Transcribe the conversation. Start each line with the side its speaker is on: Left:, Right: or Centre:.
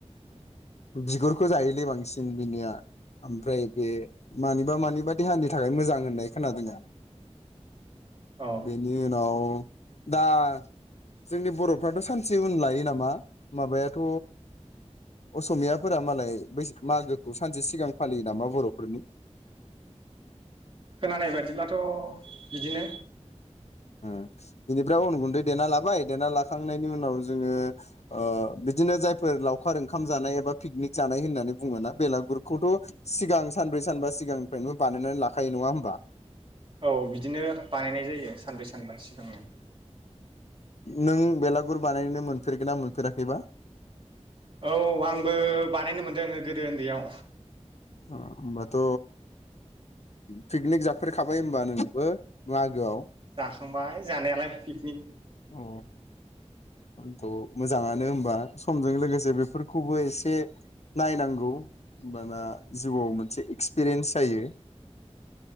Left: बिगुरखौ जायोलै बांसिन बिनिया ओमफ्राय बे मानिबा मानिबा देहानि थाखाय मोजां होननाय खोनादों आरो
Right: औ
Left: बेनि उनाव दा जोंनि बर'फ्राथ' सानसे उन लायो नामा माबायाथ' असमियाफोरा मालाय बै मागोखौ सानसे सिगां फालियो नामा बर'फोरनि
Right: खोनानाय बादिब्लाथ' बिदिनो
Left: ओम बिनिफ्राय उन गुन्दै देना लाबाय देना लाखांनायनि उनाव जोङो ओ बिदिनो जायफोर लावखार ओंखाम जानाय एबा पिकनिक जानाय होननानै बुङोना बेलागुरखौथ' सिगां सानब्रै सानबा सिगां फ्रायबो बानायनानै लाखायो नङा होमबा?
Right: औ बिदिनो बानायनाय जायो सानब्रै सानबा सिगांनो
Left: नों बेलागुर बानायो मोनफेरगोन ना मोनफेराखैबा?
Right: औ आंबो बानायनो मोनदों । गोदो उन्दैयाव
Left: ओ होनोमबाथ' पिकनिक जाफेरखाबाय होनबा नोंबो मागोआव ।
Right: जाखांबाय जानायालाय पिकनिक
Left: अ थ' मोजाङानो होमबा समजों लोगोसे बेफोरखौबो एसे नायनांगौ होनोमबाना जिउआव मोनसे एक्सपिरियेन्स जायो ।